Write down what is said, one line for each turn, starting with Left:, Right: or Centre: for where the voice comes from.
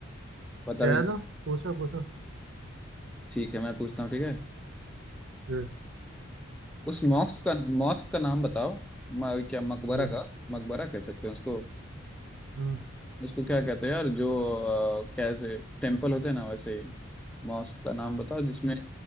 Centre: पता
Right: चलो
Centre: भी
Right: पूछो पूछो
Centre: ठीक है मैं पूछता हूँ ठीक है
Right: जी
Centre: उस मॉस्क का मॉस्क का नाम बताओ म, क्या मकबरा
Right: जी
Centre: का मकबरा कह सकते हैं उसको
Right: हम्म
Centre: इसको क्या कहते हैं यार जो अ, कैसे टेम्पल होते हैं ना वैसे ही मॉस्क का नाम बताओ जिसमें